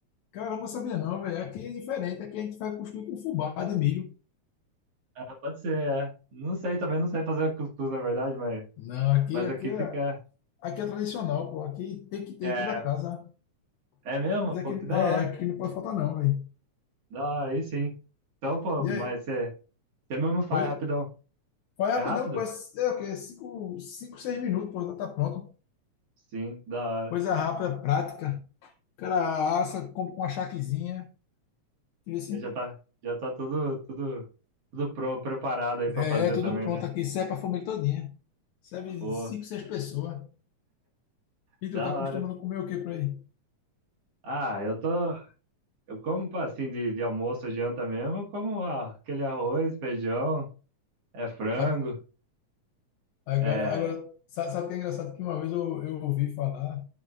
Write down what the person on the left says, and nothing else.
Caramba, eu sabia não, velho. Aqui é diferente. Aqui a gente faz cuscuz com fubá de milho.
Não, aqui,
aqui
é,
aqui é tradicional, pô. Aqui tem que ter
em toda casa.
Mas
aqui,
é,
aqui não pode faltar não, velho.
E
aí?
Oi?
Foi rapidão,
pô. É, é o quê? Cinco, cinco, seis minutos, pô, já tá pronto.
Coisa rápida, prática. O cara assa, compra uma charquezinha. Entendeu assim?
É,
é tudo
pronto
aqui. Serve pra família todinha. Serve
cinco, seis pessoas. E
tu tá acostumando
a comer o quê por aí?
A- Agora,
agora, sa- sabe o que é engraçado? Que uma vez eu, eu ouvi falar